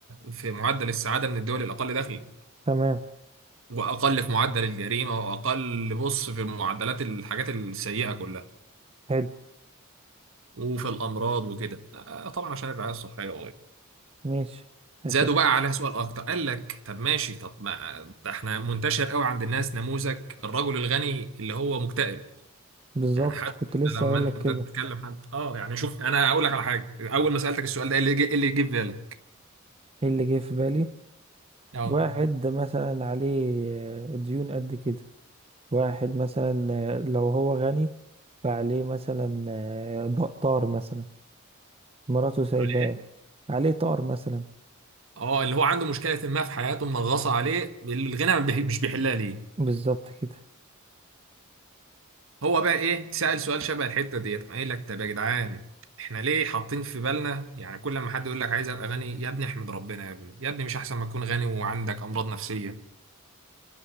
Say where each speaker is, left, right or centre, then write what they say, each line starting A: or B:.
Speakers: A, on the right; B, on the right.
A: في معدل السعاده من الدول الاقل دخلا
B: تمام
A: واقل في معدل الجريمه واقل بص في معدلات الحاجات السيئه كلها
B: حلو
A: وفي الامراض وكده آه، طبعا عشان الرعايه الصحيه
B: ماشي عشان
A: زادوا
B: إح-
A: بقى عليها سؤال اكتر قال لك طب ماشي طب ما ده احنا منتشر قوي عند الناس نموذج الرجل الغني اللي هو مكتئب
B: بالظبط
A: يعني حتى
B: كنت لسه
A: لما
B: أقولك
A: انت
B: كده
A: تتكلم حد اه يعني شوف انا اقول لك على حاجه اول ما سالتك السؤال ده إيه اللي جه- إيه اللي يجي في بالك
B: إيه اللي جه في بالي؟
A: اه
B: واحد ده مثلا عليه آه، ديون قد كده واحد مثلا آه، لو هو غني فعليه مثلا آه، ض- طار مثلا مراته سايباه
A: على ايه
B: عليه طار مثلا
A: اه اللي هو عنده مشكله ما في حياته منغصه عليه الغنى ما بيح- مش بيحلها ليه
B: بالظبط كده
A: هو بقى ايه سال سؤال شبه الحته ديت قام قايل لك طب يا جدعان احنا ليه حاطين في بالنا يعني كل ما حد يقول لك عايز ابقى غني يا ابني احمد ربنا يا ابني يا ابني مش احسن ما تكون غني وعندك امراض نفسيه